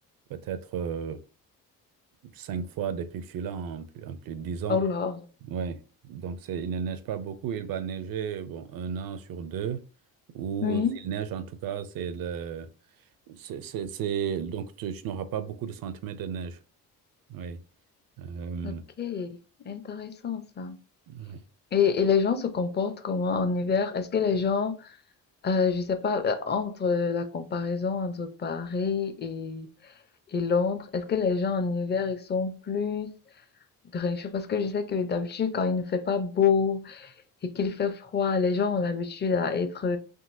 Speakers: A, on the right (about 65°); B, on the left (about 30°).
A: peut-être euh, cinq fois depuis que je suis là en plus, en plus de dix ans.
B: Oh là.
A: Ouais. Donc c'est, il ne neige pas beaucoup, il va neiger bon, un an sur deux, ou
B: Oui.
A: euh, s'il neige en tout cas, c'est le, c'est, c'est, c'est- donc tu, tu n'auras pas beaucoup de centimètres de neige. Oui. Euh,
B: Ok, intéressant ça.
A: ouais.
B: Et, et les gens se comportent comment en hiver? Est-ce que les gens Euh, je sais pas, euh, entre la comparaison entre Paris et, et Londres, est-ce que les gens en hiver, ils sont plus grincheux? Parce que je sais que d'habitude, quand il ne fait pas beau et qu'il fait froid, les gens ont l'habitude à être